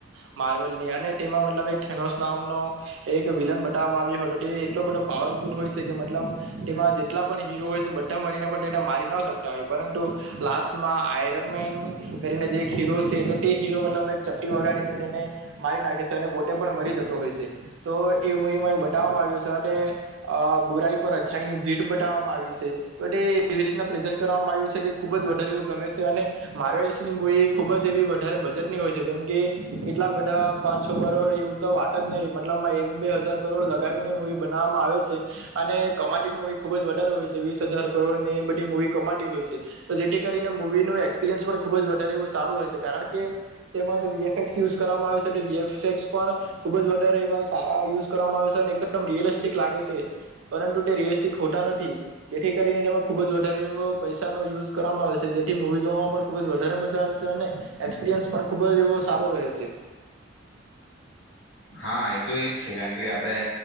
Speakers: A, on the right; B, on the left.
A: માર્વેલની અને તેમાં મતલ નોસ નામનો એક વિલન બતાવવામાં આવ્યો હતો તે એટલો બધો પાવરફુલ હોય છે કે મતલબ તેમાં જેટલા પણ હીરો હોય છે બધા મળરીને પણ તેને મારી ન શકતા હોય પરંતુ લાસ્ટમાં આયરન મેન કરીને જે એક હીરો છે તો તે હીરો મતલબ એક ચપટી વગાડીને તેને મારી નાખે છે અને પોતે પણ મરી જતો હોય છે તો એ મૂવીમાં એવું બતાવવામાં આવ્યું છે કે બુરાઈ પર અચ્છાઈની જીત એવી રીતના પ્રેઝ કરવામાં આવ્યું છે કે ખુબ જ વધારે એવું ગમે છે અને માર્વેલ્સની મવી ખુબ જ એવી વધારે બજેટની હોય છે જેમ કે કેટલા બધા પાંચસો કરોડ એવું તો વાત જ નહી મતલબ એક બે હજાર કરોડ લગાવીને મવી બનાવવામાં આવે છે અને કમાટી પણ ખૂબ જ વધારે હોય છે વીસ હજાર કરોડ ને એ બધી મૂવી કમાતી હોય છે તો જેથી કરીને મૂવીનું એક્સપિરિયન્સ પણ ખૂબ જ વધારે એવું સારું હોય છે કારણ કે તેમાં જે વીએફએક્સ યુઝ કરવામાં આવે છે તે વીએફએક્સ પણ ખૂબ જ વધારે એવા સારા યુઝ કરવામાં આવે છે અને એકદમ રિયલિસ્ટિક લાગે છે પરંતુ તે રિયલિસ્ટિક ખોટા નથી જેથી કરીને તેમાં ખુબ જ વધારે એવો પૈસાનો યુઝ કરવામાં આવે છે જેથી મૂવી જોવામાં પણ ખૂબ જ વધારે મજા આવે છે અને એક્સપિરિયન્સ પણ ખૂબ જ એવો સારો રહે છે.
B: હા એ તો એજ છે કારણ કે આપણે